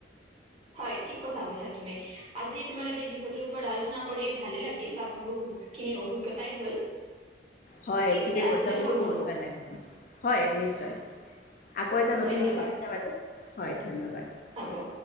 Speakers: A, on the right; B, on the left.
A: হয় ঠিক কথা কৈছা তুমি আজি তোমাৰ এই বিষয়টোৰ ওপৰত আলোচনা কৰি ভালে লাগিল বা মোৰো বহুত খিনি অভিজ্ঞতাই হ'ল
B: হয়
A: ঠিক
B: ঠিকে
A: আছে আজিলৈ
B: কৈছা মোৰো
A: সামৰো
B: বহুত ভাল লাগিব হয় নিশ্চয় আকৌ এটা নতুন
A: ধন্যবাদ
B: বিষয় কথাপাতো হয় ধন্যবাদ
A: হব